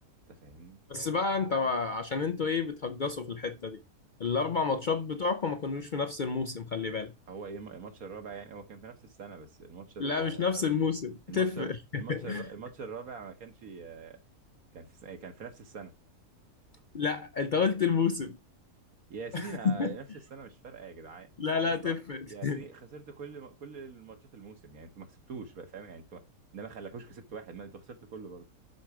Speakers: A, on the right (about 65°); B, on the left (about 75°).
A: أنت فاهمني
B: بس بقى انت عشان انتوا ايه بتهجصوا في الحتة دي الاربع ماتشات بتوعكم ما كانوش في نفس الموسم خلي بالك
A: هو إيه الماتش الرابع يعني هو كان في نفس السنة بس الماتش ال-
B: لا مش نفس الموسم
A: الماتش
B: تفرق <laughs>
A: الماتش الماتش الرابع ما كانش كان في سنة كان في نفس السنة
B: لا انت قلت الموسم
A: يا سيدي
B: <laughs>
A: ما نفس السنة مش فارقة يا جدعان
B: لا لا
A: يا اسطى
B: تفرق <laughs>
A: يا سيدي خسرت كل كل الماتشات الموسم يعني انتوا ما كسبتوش بقى فاهم يعني انتوا ده ما خلاكوش كسبت واحد ما انتوا خسرتوا كله برضه